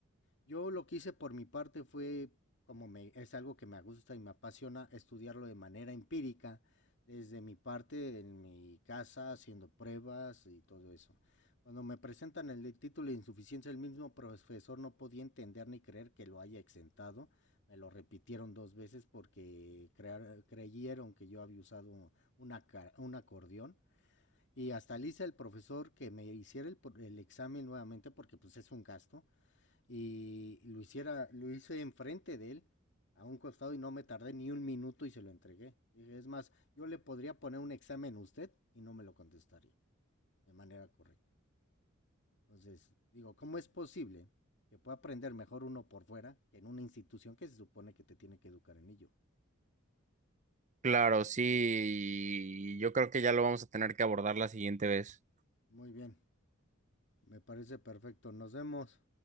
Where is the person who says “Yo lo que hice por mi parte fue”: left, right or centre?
Left